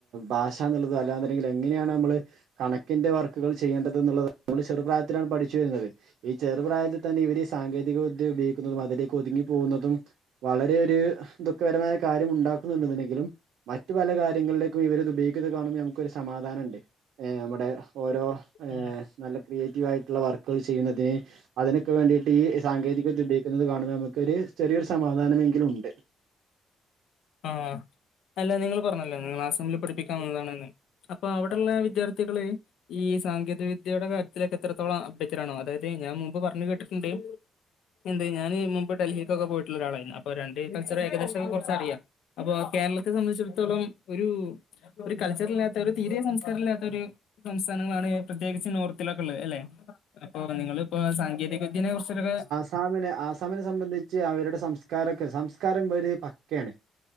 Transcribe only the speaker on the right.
ഭാഷ എന്നുള്ളത് അല്ലാന്ന്ണ്ടെങ്കിൽ എങ്ങനെയാണ് നമ്മള് കണക്കിന്റെ വർക്കുകൾ ചെയ്യേണ്ടതെന്നുള്ളത് നമ്മൾ ചെറുപ്രായത്തിലാണ് പഠിച്ചു വരുന്നത് ഈ ചെറു പ്രായത്തിൽ തന്നെ ഇവര് ഈ സാങ്കേതിക വിദ്യ ഉപയോഗിക്കുന്നതും അതിലേക്ക് ഒതുങ്ങി പോകുന്നതും വളരെ ഒര് ദുഃഖപരമായ കാര്യം ഉണ്ടാക്കുന്നുണ്ട്ന്നുണ്ടെങ്കിലും മറ്റ് പല കാര്യങ്ങളിലേക്കും ഇവരിത് ഉപയോ - ഗിക്ക്ണത് കാണുമ്പോൾ നമുക്കൊരു സമാധാനംണ്ട് നമ്മുടെ ഓരോ
നല്ല ക്രിയേറ്റീവ് ആയിട്ടു - ള്ള വർക്കുകൾ ചെയ്യുന്നത് അതിനൊ - ക്ക് വേണ്ടിയിട്ട് ഈ സാങ്കേതികവിദ്യ ഉപോഗിക്കുന്നത് കാണുമ്പോ നമുക്ക് ഒരു ചെറിയൊരു സമാധാനമെങ്കിലുംണ്ട്
സാമിനെ ആസാമിനെ സംബന്ധിച്ച് അവരുടെ സംസ്കാരൊക്കെ സംസ്കാരം ഒര് പ ക്കെണ്.